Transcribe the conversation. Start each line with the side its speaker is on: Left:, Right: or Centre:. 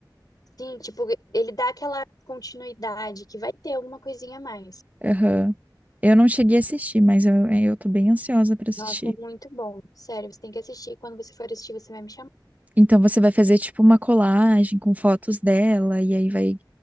Left: Sim, tipo, ele dá aquela continuidade que vai ter alguma coisinha a mais.
Right: Aham. Eu não cheguei a assistir, mas eu, eu tô bem ansiosa pra assistir.
Left: Nossa, é muito bom. Sério, você tem que assistir. Quando você for assistir, você vai me chamar.
Right: Então você vai fazer tipo uma colagem com fotos dela e aí vai